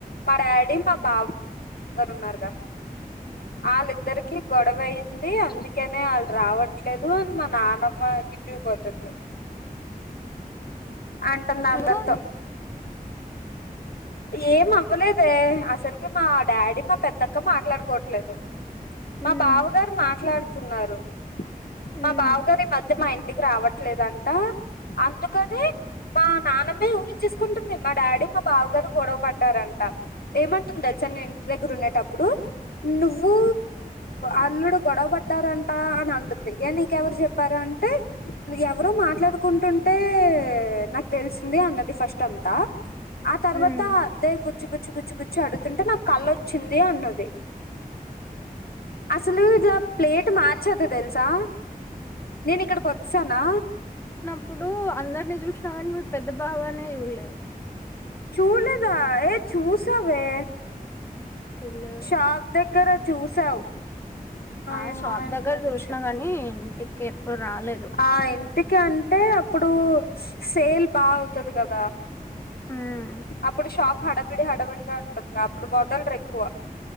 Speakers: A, on the left; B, on the left.
A: పడాడు మా బాబు అరున్నారు కా వాళ్ళిద్దరికి గొడవ అయింది అందుకేనే వాళ్ళ రావట్లేదు అని మా నానమ్మకి చూ పోతుంది అంటుంది అందరితో
B: ఎందుకో
A: ఏం అవ్వలేదే అసలుకి మా డాడీ మా పెద్దక్క మాట్లాడుకోట్లేదు
B: మ్మ్
A: మా బావగారు మాట్లాడుతున్నారు
B: మ్మ్
A: మా బావగారు ఈ మధ్య మా ఇంటికి రావట్లేదంట అందుకనే మా నాన్నమే ఊహచ్చసుకుంటుంది మా డాడీ మా బావ గారు గొడవ పడ్డారంట ఏమంటుంది అచ్చన్ ఇంటి దగ్గర ఉండేటప్పుడు నువ్వు అల్లుడు గొడవ బట్ట చెంటారంటా అని అంటుంది ఏ నీకెవరు చెప్పార అంటే ఎవరు మాట్లాడుకుంటుంటే నాకు తెలిసింది అన్నది ఫస్ట్ అంతా ఆ తర్వాత
B: మ్మ్
A: అద్దే గుచ్చు గుచ్చి గుచ్చు గుచ్చి అడుతుంటే నాకు కళ్ళొచ్చింది అన్నది అసలు ఇట్లా ప్లేట్ మార్చదు తెలుసా నేను ఇక్కడికి వచ్చానా
B: ఇప్పుడు అందరినీ చూసినం కానీ మీ పెద్ద బావానే ళలే
A: చూలేదా ఏ చూసవే
B: చూడలేదు
A: ాద దగ్గర చూసావు
B: ఆ
A: ఏమండొచ్చు
B: షాప్ దగ్గర చూసినా కాని ఇంటికి ఎప్పుడు రాలేదు
A: ఆ ఇంటికి అంటే అప్పుడు సేల్ బా అవుతుది కదా
B: మ్మ్
A: అప్పుడు షాప్ హడవిడి హడవిడిగా ఉంటుంది అప్పుడు మొదలరు ఎక్కువ